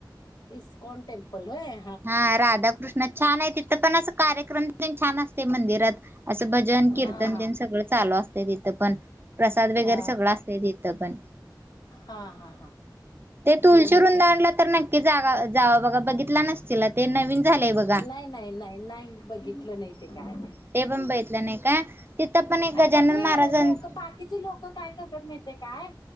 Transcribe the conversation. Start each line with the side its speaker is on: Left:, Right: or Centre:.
Left: इस्कॉन टेमपल व्हय
Right: हा राधाकृष्ण छान आहे तिथं पण अस कार्यक्रम तेन छान असतय मंदिरात असं भजन कीर्तन
Left: हा हा
Right: दिन सगळं चालू असतं तिथं पण प्रसाद वगैरे
Left: अ
Right: सगळं असत तिथं पण
Left: हा हा हा
Right: ते तुलशी
Left: जाऊन येतो
Right: वृंदावन
Left: घे
Right: तर नाही. जागा जा बघा बघितला नसतील ते नवीन झालेय बघ.
Left: नाही नाही नाही नाही बघितलं नाही ते काय
Right: ते पण बघितलं नाही काय तिथं पण एक गजानन
Left: मग हे
Right: महाराजांच
Left: लोक बाकीचे लोक काय करत्यात माहिती आहे काय